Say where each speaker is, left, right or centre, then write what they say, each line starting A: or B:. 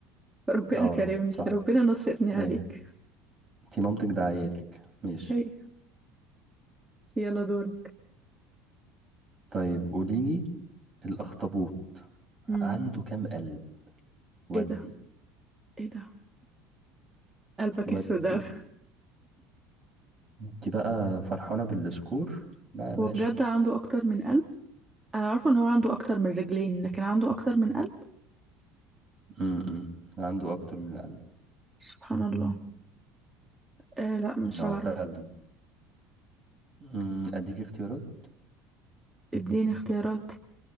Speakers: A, on the right (about 15°); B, on the right (about 35°).
A: ربنا
B: اه
A: كرمني
B: صح
A: ربنا نصرني عليك
B: ايوه انتي مامتك ده عيالك ماشي
A: اي يلا دورك
B: طيب قوليلي الأخطبوط
A: امم
B: عنده كام قلب ودي
A: ايه ده ايه ده قلبك
B: ودي
A: اسود اوي
B: انت بقى فرحانة بالسكور لا يا باشا
A: هو بجد عنده اكتر من قلب انا عارفه ان هو عنده اكتر من رجلين لكن عنده اكتر من قلب
B: امم عنده اكتر من القلب
A: سبحان الله آه لا مش
B: هو
A: هعرف
B: فعلا امم اديك اختيارات
A: اديني اختيارات